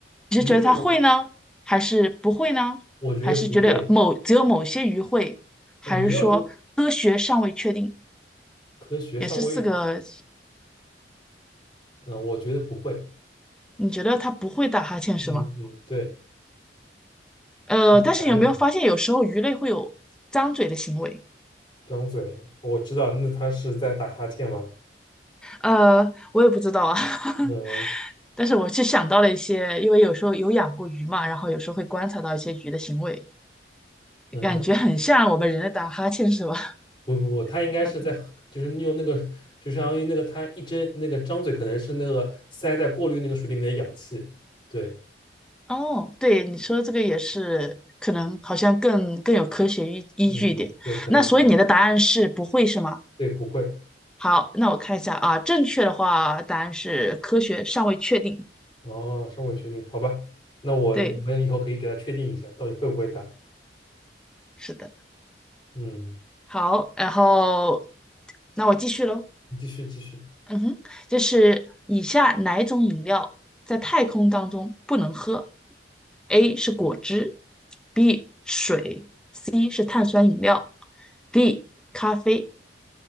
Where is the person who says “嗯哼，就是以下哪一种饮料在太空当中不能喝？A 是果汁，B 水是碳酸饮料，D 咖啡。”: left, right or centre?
Centre